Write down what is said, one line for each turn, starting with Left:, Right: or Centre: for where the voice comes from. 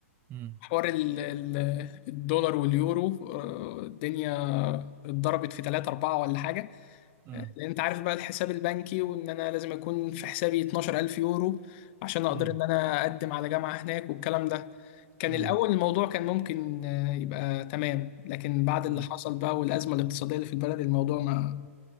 Right: امم
Left: حوار ال- ال- الدولار واليورو آه، الدنيا اتضربت في 3 4 ولا حاجة
Right: امم
Left: لان انت عارف بقى الحساب البنكي وان انا لازم يكون في حسابي 12000 يورو عشان اقدر
Right: امم
Left: ان انا اقدم على جامعة هناك والكلام ده كان
Right: امم
Left: الاول الموضوع كان ممكن آه، يبقى تمام لكن بعد اللي
Right: امم
Left: حصل بقى والازمة الاقتصادية اللي في البلد الموضوع ما